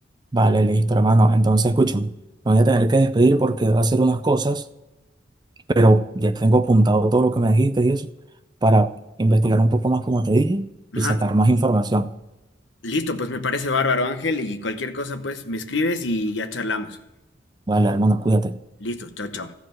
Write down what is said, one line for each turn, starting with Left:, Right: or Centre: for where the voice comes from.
Right: Vale, listo, hermano. Entonces, escúchame, me voy a tener que despedir porque voy a hacer unas cosas, pero ya tengo apuntado todo lo que me dijiste y eso para investigar un poco más, como te dije, y
Left: Ajá.
Right: sacar más información.
Left: Listo, pues me parece bárbaro, Ángel, y cualquier cosa, pues me escribes y ya charlamos.
Right: Vale, hermano, cuídate.
Left: Listo, chao, chao.